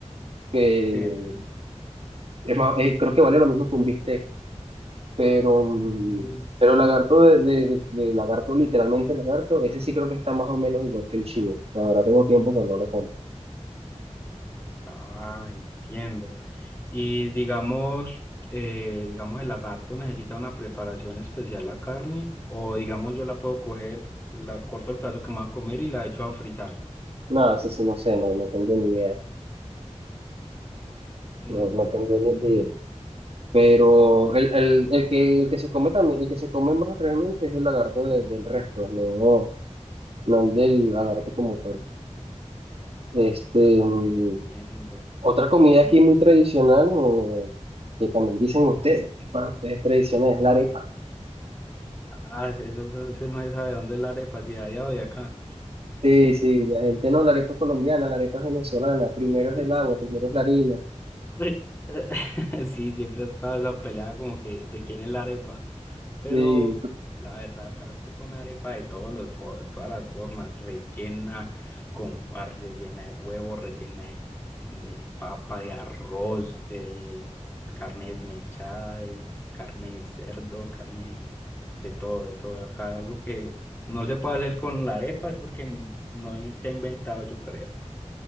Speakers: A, on the right; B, on the left.
A: que
B: Sí, entiendo.
A: es más, eh, creo que vale lo mismo que un bistec, pero, mm,
B: Mm,
A: pero el lagarto de, de, de- de lagarto, literalmente lagarto, ese sí creo que está más o menos igual que el chivo. La verdad tengo tiempo que no lo como.
B: ah, entiendo. Y digamos, eh, digamos, el lagarto necesita una preparación especial la carne, o digamos, yo la puedo coger, la corto el pedazo que me va a comer y la echo a fritar.
A: Nada, ese sí no sé, no, no tengo ni idea.
B: Mm,
A: No, no tengo ni idea. Pero
B: ah,
A: el, el, el que, el que se come también, el que se come más realmente es el lagarto de- del resto, no, no el del lagarto como tal.
B: ah,
A: Este,
B: ah, vale,
A: mm,
B: entiendo.
A: Otra comida
B: Mm,
A: aquí muy tradicional, o que también dicen ustedes, que es para ustedes tradicional, es la arepa.
B: Ah, eso, eso- eso no se sabe dónde es la arepa, si de allá o de acá.
A: Sí, sí, la gente no, la arepa es colombiana, la arepa es venezolana, primero es
B: <laughs>
A: el agua, primero es la harina.
B: Sí, eh, <laughs> Sí, siempre ha estado esa pelea como que de quién es la arepa. Pero
A: Sí,
B: la verdad acá se come arepa de todos los, fo- todas las formas, rellena con ar- rellena de huevo, rellena de, de papa, de arroz, de carne desmechada, de carne de cerdo, carne de todo, de todo. Acá lo que no se puede hacer con la arepa es porque n- no se ha inventado, yo creo.